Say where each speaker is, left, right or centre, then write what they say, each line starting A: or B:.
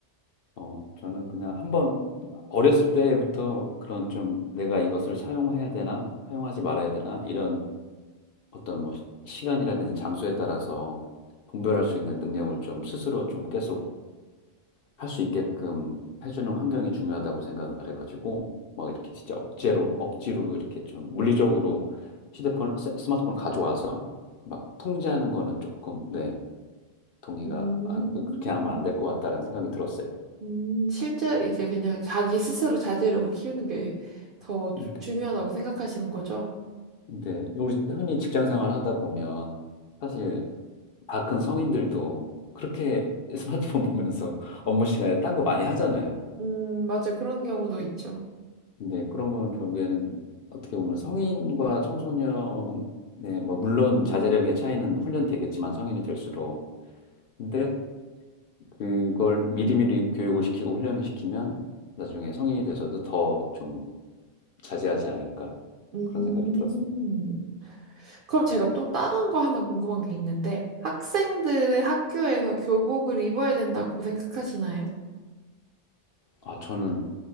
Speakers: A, on the left; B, on the right.
A: 어, 저는 그냥 한번 어렸을 때부터 그런 좀 내가 이것을 사용해야 되나, 사용하지 말아야 되나, 이런 어떤 뭐 시- 시간이라든지 장소에 따라서 분별할 수 있는 능력을 좀 스스로 좀 계속 할 수 있게끔 해주는 환경이 중요하다고 생각을 해가지고 막 이렇게 진짜 억제로 억지로 이렇게 좀 물리적으로 휴대폰 스- 스마트폰을 가져와서 막 통제하는 거는 조금 네 동의가
B: 음,
A: 아, 그- 그렇게 하면 안 될 것 같다라는 생각이 들었어요.
B: 음, 실제 이제 그냥 자기 스스로 자제력을 키우는 게 더
A: 근데
B: 중요하다고 생각하시는 거죠?
A: 근데 우리 흔히 직장 생활 하다 보면 사실 다 큰 성인들도 그렇게 스마트폰 보면서 <laughs> 업무 시간에 딴 거 많이 하잖아요.
B: 음, 맞아요. 그런 경우도 있죠.
A: 근데 그런 거는 결국에는 어떻게 보면 성인과 청소년의 뭐 물론 자제력의 차이는 훈련되겠지만 성인이 될수록 근데 그걸 미리미리 교육을 시키고 훈련을 시키면 나중에 성인이 돼서도 더 좀 자제하지 않을까
B: 음,
A: 그런 생각이 들었습니다. 네.
B: 그럼 제가 또 다른 거 하나 궁금한 게 있는데, 학생들은 학교에서 교복을 입어야 된다고 생각하시나요?
A: 아 저는